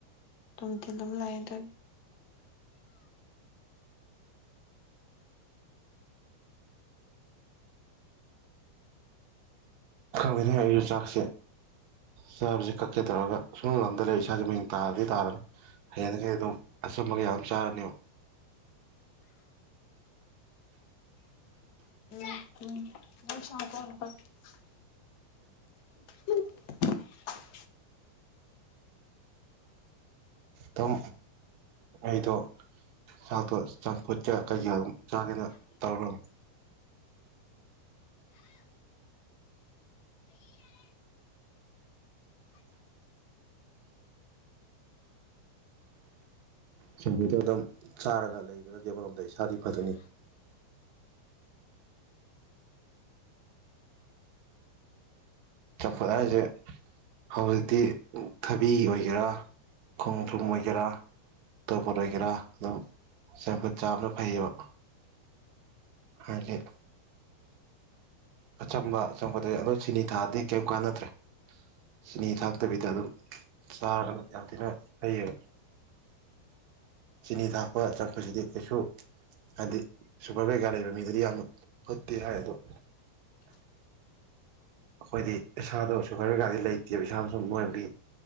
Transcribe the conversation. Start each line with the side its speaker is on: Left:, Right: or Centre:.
Left: ꯑꯗꯨꯨꯝ ꯊꯤꯜꯂꯒ ꯂꯩꯌꯦ ꯑꯗ
Right: ꯈꯪꯗꯦꯅꯦ ꯑꯩꯁꯨ ꯆꯥꯛꯁꯦ ꯆꯥꯕꯁ ꯀꯛꯀꯦ ꯇꯧꯔꯒ ꯁꯨꯉꯝ ꯉꯝꯗ ꯂꯩ ꯏꯁꯥꯖꯦ ꯃꯌꯦꯡ ꯇꯥꯕꯗꯤ ꯇꯥꯔꯅꯤ ꯍꯌꯦꯡꯗꯒꯤ ꯑꯗꯨꯝ ꯑꯆꯝꯕ ꯀꯩꯀꯥ ꯑꯗꯨꯝ ꯆꯥꯔꯅꯦꯕ
Left: <unintelligible> <inaudible>
Right: ꯇꯝ ꯑꯩꯗꯣ ꯆꯥꯛꯇꯣ ꯆꯝꯐꯨꯠꯀ ꯀꯩꯀ ꯆꯥꯒꯦꯅ ꯇꯧꯔꯝꯃꯤ ꯁꯤꯡꯖꯨꯗꯣ ꯑꯗꯨꯝ ꯆꯥꯔꯒ ꯂꯩꯕꯅꯗꯤ ꯑꯃꯔꯣꯝꯗ ꯏꯁꯥꯗꯤ ꯐꯗꯣꯏꯅꯤ ꯆꯝꯐꯨꯗ ꯍꯥꯏꯁꯦ ꯍꯧꯖꯤꯛꯇꯤ ꯊꯕꯤ ꯑꯣꯏꯒꯦꯔꯥ ꯈꯣꯡꯗ꯭ꯔꯨꯝ ꯑꯣꯏꯒꯦꯔꯥ ꯇꯣꯔꯕꯣꯠ ꯑꯣꯏꯒꯦꯔꯥ ꯑꯗꯨꯝ ꯆꯝꯐꯨꯠ ꯆꯥꯕꯅ ꯐꯩꯌꯦꯕ ꯍꯥꯏꯗꯤ ꯑꯆꯝꯕ ꯆꯝꯐꯨꯠꯇꯗꯤ ꯑꯗꯣ ꯆꯤꯅꯤ ꯊꯥꯛꯑꯗꯤ ꯀꯩꯝ ꯀꯥꯟꯅꯗ꯭ꯔꯦ ꯆꯤꯅꯤ ꯊꯥꯛꯇꯕꯤꯗ ꯑꯗꯨꯝ ꯆꯥꯔꯒ ꯌꯥꯝ ꯊꯤꯅ ꯐꯩꯌꯦꯕ ꯆꯤꯅꯤ ꯊꯥꯛꯄ ꯆꯝꯐꯨꯠꯁꯤꯗꯤ ꯀꯩꯁꯨ ꯍꯥꯏꯗꯤ ꯁꯨꯒꯔ ꯀꯩꯀꯥ ꯂꯩꯕ ꯃꯤꯗꯗꯤ ꯌꯥꯝꯅ ꯐꯠꯇꯦ ꯍꯥꯏ ꯑꯗꯣ ꯑꯩꯈꯣꯏꯗꯤ ꯏꯁꯥꯗꯣ ꯁꯨꯒꯔ ꯀꯩꯀꯥꯗꯤ ꯂꯩꯇꯦꯕ ꯏꯁꯥꯗꯣ ꯁꯨꯝ ꯅꯣꯏꯕꯤ